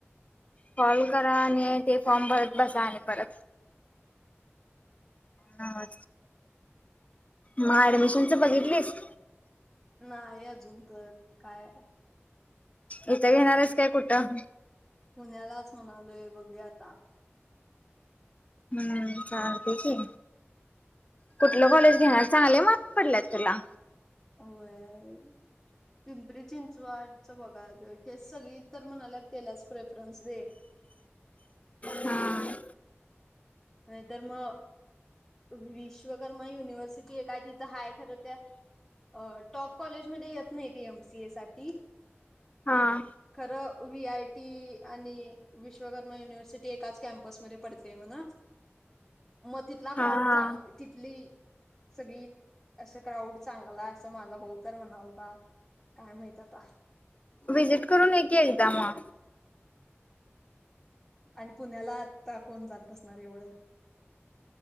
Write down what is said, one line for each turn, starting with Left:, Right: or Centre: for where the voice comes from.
Left: कॉल करा आणि ए ते फॉर्म भरत बसा आणि परत हा म ऍडमिशन चं बघितलीस
Centre: नाय अजून कळत काय
Left: इथं येणारायस काय कुठं?
Centre: पुण्यालाच म्हणालोय बघूया आता
Left: हम्म चालतंय की, कुठलं कॉलेज घेणार चांगले मार्क पडलेत तुला.
Centre: होय. पिंपरी चिंचवडचं बघायच. ते सगळी तर म्हणलेत तेलाच प्रेफरन्स दे.
Left: हा
Centre: नाहीतर म, विश्वकर्मा युनिव्हर्सिटीये काय ति थ हाय खर त्या, अ टॉप कॉलेजमध्ये येत नाही ती एम सी ए साठी.
Left: हां.
Centre: खरं व्ही आय टी आणि विश्वकर्मा युनिव्हर्सिटी एकाच कॅम्पसमध्ये पडतेय म्हण. म तिथला
Left: हा
Centre: क्राउड
Left: हा
Centre: चांग तिथली सगळी, असं क्राऊड चांगला असं माझा भाऊ तर म्हणालता. काय माहित आता.
Left: व्हिजिट करून ये की एकदा म.
Centre: आणि पुण्याला आता कोण जात बसणार एवढं.